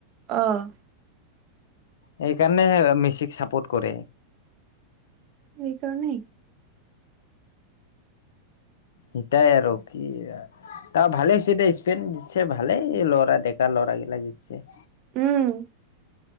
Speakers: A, on the right; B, on the left.
A: অ'।
B: সেইকাৰণেহে মেচিক চাপোৰ্ট কৰে।
A: এইকাৰণেই।
B: ইটাই আৰু কি তাৰ ভালে হৈছে দে স্পেইন জিতছে ভালে ল'ৰা ডেকা ল'ৰা গিলা জিতছে।
A: উম।